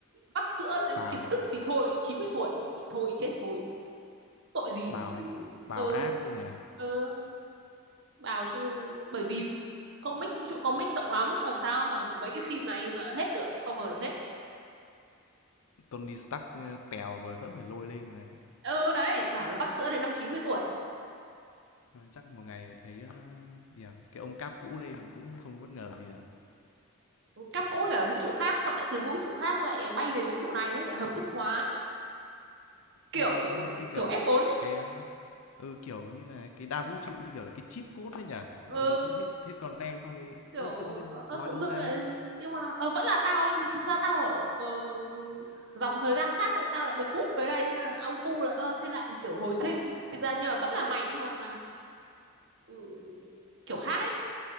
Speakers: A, on the right (about 55°); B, on the left (about 70°).
A: vắt sữa đến
B: bảo
A: kiệt sức thì thôi 90 tuổi thì thôi chết thì thôi tội gì
B: Bào đến bào
A: ừ
B: ác luôn nhỉ.
A: ừ bảo chứ bởi vì comic vũ trụ comic rộng lắm làm sao mà mấy cái phim này mà hết được cover được hết
B: Tony Stark ờ, tèo rồi vẫn phải lôi lên mà.
A: ừ đấy bảo là vắt sữa đến năm chín mươi tuổi
B: Ờ, Chắc một ngày thấy ờ, gì à? cái ông cáp cũ lên cũng không bất ngờ gì lắm.
A: cáp cũ thì ở vũ trụ khác xong lại từ vũ trụ khác lại bay về vũ trụ này ấy, lại hợp thức hóa kiểu
B: Ừ, đúng rồi, như kiểu
A: kiểu F4 ấy
B: cái ờ, ừ, kiểu như là cái đa vũ trụ như kiểu là cái cheat code đấy nhỉ.
A: ừ,
B: Mọi người cứ hết hết content xong thì
A: kiểu
B: ơ tự nhiên
A: ờ, ờ,
B: lòi
A: tự
B: đâu
A: dưng
B: ra.
A: lại nhưng mà ờ, vẫn là tao nhưng mà thực ra tao ở ờ, dòng thời gian khác lại tao lại được hút về đây thế là auto là ờ, thế lại kiểu hồi sinh thực ra nhưng mà vẫn là mày nhưng mà là ừ, kiểu khác ấy